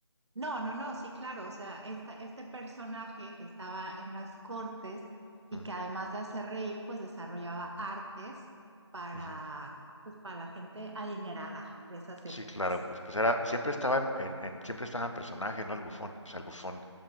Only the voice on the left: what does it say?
Ujú,
ujú.
Sí, claro, pues, pues era, siempre estaba en, en- en- siempre estaba en personaje, ¿no? El bufón. O sea, el bufón